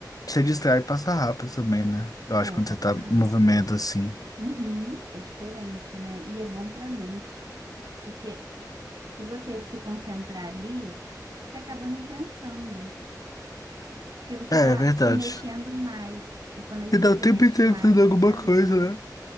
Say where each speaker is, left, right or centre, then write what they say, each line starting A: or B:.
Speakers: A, on the left; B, on the right.
A: Você distrai e passa rápido também, né? Eu acho
B: É,
A: que quando
B: passa
A: você tá
B: rápido.
A: em movimento assim.
B: Uhum, é diferente, né? E é bom pra mente. Porque se você se concentrar ali, você acaba não pensando, porque você
A: É,
B: está
A: é verdade.
B: se mexendo mais. E quando a gente
A: Você dá
B: se
A: o tempo
B: mexe
A: inteiro
B: mais,
A: fazendo
B: pensa
A: alguma coisa,
B: menos.
A: né?